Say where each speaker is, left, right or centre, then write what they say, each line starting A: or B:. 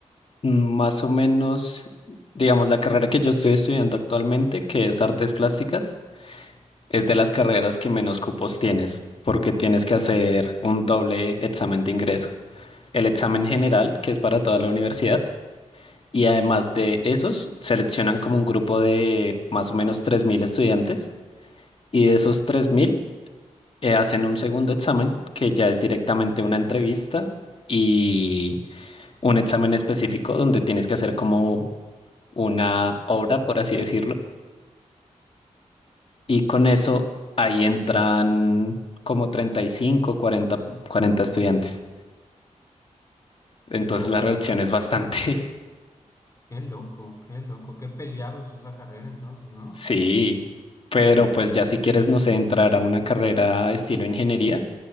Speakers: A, on the left (about 45°); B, on the left (about 25°).
A: Mm, Más o menos, digamos, la carrera que yo estoy estudiando actualmente, que es artes plásticas, es de las carreras que menos cupos tienes, porque tienes que hacer un doble examen de ingreso. El examen general, que es para toda la universidad, Y además de esos, seleccionan como un grupo de más o menos 3.000 estudiantes y de esos 3.000 eh, hacen un segundo examen que ya es directamente una entrevista y un examen específico donde tienes que hacer como una obra, por así decirlo. Y con eso ahí entran como 35 cuarenta cuarenta estudiantes. Entonces
B: Wow,
A: la
B: qué
A: reducción es bastante. <laughs>
B: Qué loco, qué loco, qué peleado es esa carrera entonces, ¿no?
A: Sí, pero pues ya si quieres, no sé, entrar a una carrera estilo ingeniería